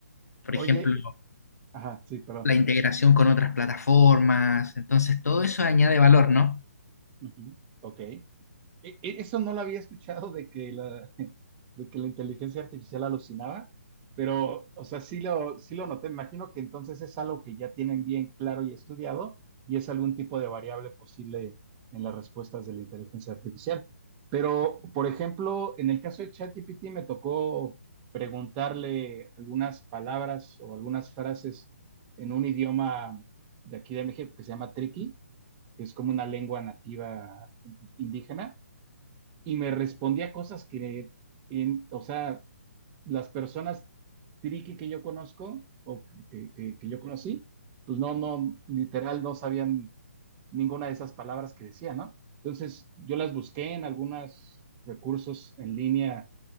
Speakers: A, on the left (about 80°); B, on the right (about 20°).
A: Por
B: Oye,
A: ejemplo,
B: ajá, sí, perdón.
A: la integración con otras plataformas, entonces todo eso añade valor, ¿no?
B: Ujú. Ok. e- e, eso no lo había escuchado de que la, <laughs> de que la inteligencia artificial alucinaba, pero, o sea, sí lo, sí lo noté. Imagino que entonces es algo que ya tienen bien claro y estudiado y es algún tipo de variable posible en las respuestas de la inteligencia artificial. Pero, por ejemplo, en el caso de ChatGPT me tocó preguntarle algunas palabras o algunas frases en un idioma de aquí de México que se llama triqui, que es como una lengua nativa indígena y me respondía cosas que, en, o sea, las personas triqui que yo conozco o que, que, que yo conocí, pues no, no, literal no sabían ninguna de esas palabras que decía, ¿no? Entonces yo las busqué en algunos recursos en línea